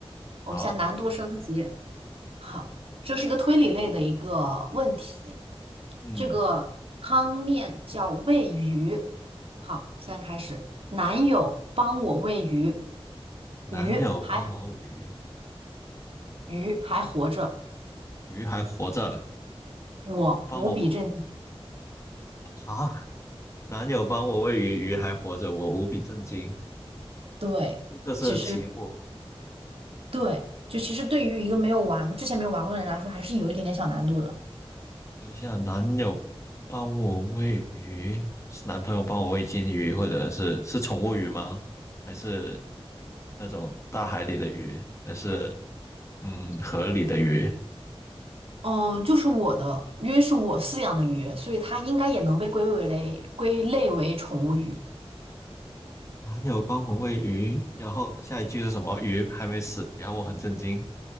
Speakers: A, on the right; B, on the left.
A: 我们现在难度升级。
B: 好，
A: 好，这是一个推理类的一个问题。
B: 嗯，
A: 这个汤面叫喂鱼。好，现在开始。男友帮我喂鱼，
B: 男友帮我喂鱼，
A: 鱼还鱼还活着，
B: 鱼还活着，
A: 我无比震惊。
B: 帮我啊！男友帮我喂鱼，鱼还活着，我无比震惊。
A: 对。
B: 这这是题目。
A: 其实。对，就其实对于一个没有玩，之前没有玩过的人来说，还是有一点点小难度的。
B: 等一下，男友帮我喂鱼，是男朋友帮我喂金鱼，或者是是宠物鱼吗？还是那种大海里的鱼？还是嗯河里的鱼？
A: 嗯，就是我的约是我饲养的鱼，所以它应该也能被归为类归类为宠物鱼。
B: 男友帮我喂鱼，然后下一句是什么？鱼还没死，然后我很震惊。